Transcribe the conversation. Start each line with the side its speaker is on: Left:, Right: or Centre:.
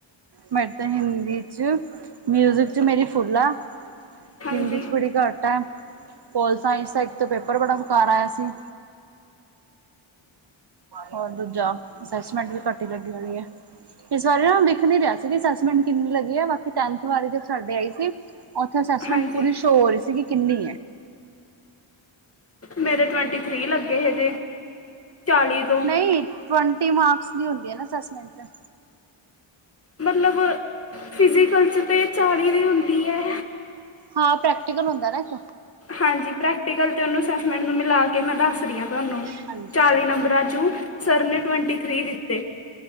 Right: ਮੇੜ ਤੇ ਹਿੰਦੀ 'ਚ ਮਿਊਜਿਕ 'ਚ ਮੇਰੀ ਫੁਲ ਆ।
Left: ਹਾਂਜੀ
Right: ਹਿੰਦੀ 'ਚ ਬੜੀ ਘੱਟ ਐ ਪੋਲ ਸਾਇੰਸ ਦਾ ਇੱਕ ਤਾ ਪੇਪਰ ਬੜਾ ਬੇਕਾਰ ਆਇਆ ਸੀ। ਹੋਰ ਦੂਜਾ ਅਸੈਸਮੈਂਟ ਵੀ ਘੱਟ ਈ ਲੱਗੀ ਹੋਣੀ ਆ। ਇਸ ਬਾਰੇ ਨਾ ਵੇਖ ਨੀ ਰਿਆ ਸੀ ਅਸਸਮੈਂਟ ਕਿੰਨੀ ਲੱਗੀ ਏ ਬਾਕੀ ਟੈਥ ਵਾਲੇ ਸਾਡੇ ਆਈ ਸੀ। ਉੱਥੇ ਅਸੈਸਮੈਂਟ
Left: ਹਾਂਜੀ
Right: ਪੂਰੀ ਸੋ ਹੋ ਰਈ ਸੀ ਕਿ ਕਿੰਨੀ
Left: ਮੇਰੇ ਟਵੰਟੀ ਥਰੀ ਲੱਗੇ ਏਦੇ ਚਾਲੀ ਤੋਂ
Right: ਨਈ ਟਵੰਟੀ ਮਾਰਕਸ ਦੀ ਹੁੰਦੀ ਆ ਨਾ ਅਸੈਸਮੈਂਟ
Left: ਮਤਲਬ ਫਿਜ਼ੀਕਲ 'ਚ ਤਾਂ ਚਾਲੀ ਦੀ ਹੁੰਦੀ ਐ।
Right: ਹਾਂ ਪ੍ਰੈਕਟੀਕਲ ਹੁੰਦਾ ਨਾ ਇੱਕ
Left: ਹਾਂਜੀ ਪ੍ਰੈਕਟੀਕਲ ਤੇ ਉਨੂੰ ਅਸੈਸਮੈਂਟ ਨੂੰ ਮਿਲਾ ਕੇ ਮੈਂ ਦੱਸ ਰਈ ਆਂ। ਤੁਹਾਨੂੰ
Right: ਹਾਂਜੀ
Left: ਚਾਲੀ ਨੰਬਰਾਂ ਚੋਂ ਸਰ ਨੇ ਟਵੰਟੀ ਥਰੀ ਦਿੱਤੇ।